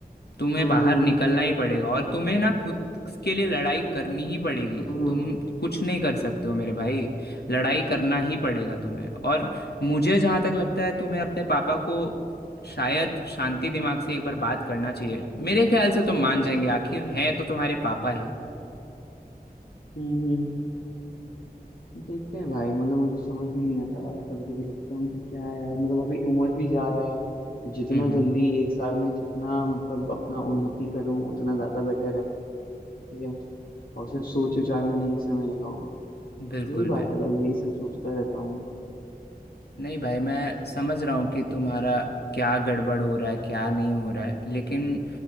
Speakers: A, on the left (about 85°); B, on the left (about 65°).
A: तुम्हें
B: हम्म
A: बाहर निकलना ही पड़ेगा और तुम्हें ना खुद के लिए लड़ाई करनी ही पड़ेगी
B: हम्म हम्म
A: तुम कुछ नहीं कर सकते हो मेरे भाई लड़ाई करना ही पड़ेगा तुम्हें और मुझे जहाँ तक लगता है तुम्हें अपने पापा को शायद शांति दिमाग से एक बार बात करना चाहिए मेरे ख्याल से तुम मान जाएंगे आखिर है तो तुम्हारे पापा ही
B: हम्म देखते हैं भाई मतलब मुझे समझ भी नहीं आता कभी कभी लगता हूँ कि क्या है यार मतलब अभी उम्र भी जा रहा है तो जितना
A: हम्म
B: जल्दी एक साल में जितना मतलब अपना उन्नति करूँ उतना ज्यादा बेटर है ठीक है और सिर्फ सोच विचार में नहीं समय लगाऊं
A: बिल्कुल
B: यही बात
A: बिल्कुल
B: है भाई यही सब सोचता रहता हूँ मैं
A: नहीं भाई मैं समझ रहा हूँ कि तुम्हारा क्या गड़बड़ हो रहा है क्या नहीं हो रहा है लेकिन